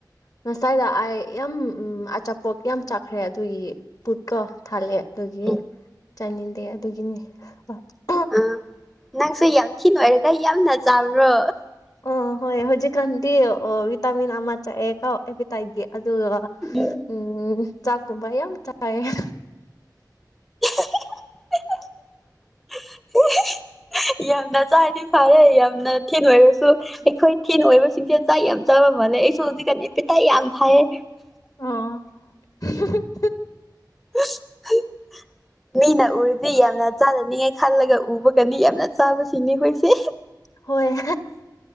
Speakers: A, on the left; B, in the centre.
A: ꯉꯁꯥꯏꯗ ꯑꯥꯏ ꯌꯥꯝ ꯎꯝ ꯑꯆꯥꯄꯣꯛ ꯌꯥꯝ ꯆꯥꯛꯈ꯭ꯔꯦ ꯑꯗꯨꯒꯤ ꯄꯨꯠꯀꯣ ꯊꯜꯂꯦ ꯑꯗꯨꯒꯤ
B: ꯎꯝ
A: ꯆꯥꯅꯤꯡꯗꯦ ꯑꯗꯨꯒꯤꯅꯦ ꯑ
B: ꯑ ꯅꯪꯁꯨ ꯌꯥꯝ ꯊꯤ ꯅꯣꯏꯔꯒ ꯌꯥꯝꯅ ꯆꯥꯕ꯭ꯔꯣ
A: ꯑ ꯍꯣꯏ ꯍꯧꯖꯤꯛꯀꯥꯟꯗꯤ ꯑ ꯚꯤꯇꯥꯃꯤꯟ ꯑꯃ ꯆꯥꯑꯦꯀꯣ ꯑꯦꯄꯇꯥꯏꯒꯤ ꯑꯗꯨꯒ
B: ꯎꯝ
A: ꯎꯝ ꯆꯥꯛꯀꯨꯝꯕ ꯌꯥꯝ ꯆꯥꯏꯌꯦ
B: <unintelligible> ꯌꯥꯝꯅ ꯆꯥꯔꯗꯤ ꯐꯔꯦ ꯌꯥꯝꯅ ꯊꯤ ꯅꯣꯏꯔꯁꯨ ꯑꯩꯈꯣꯏ ꯊꯤꯅꯣꯏꯕꯁꯤꯡꯁꯦ ꯆꯥꯛ ꯌꯥꯝ ꯆꯥꯕ ꯃꯥꯜꯂꯦ ꯑꯩꯁꯨ ꯍꯧꯖꯤꯛꯀꯥꯟ ꯑꯦꯄꯦꯇꯥꯏꯠ ꯌꯥꯝ ꯐꯥꯏꯌꯦ
A: ꯑꯣ
B: <unintelligible> ꯃꯤꯅ ꯎꯔꯨꯗꯤ ꯌꯥꯝꯅ ꯆꯥꯅꯅꯤꯡꯉꯥꯏ ꯈꯜꯂꯒ ꯎꯕꯒꯅꯤ ꯌꯥꯝꯅ ꯆꯥꯕꯁꯤꯡꯅꯤ ꯑꯈꯣꯏꯁꯦ
A: ꯍꯣꯏ